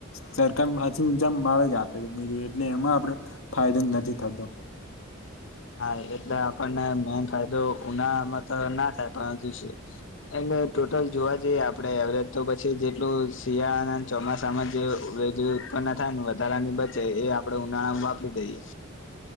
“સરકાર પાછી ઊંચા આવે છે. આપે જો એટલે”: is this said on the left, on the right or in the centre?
Left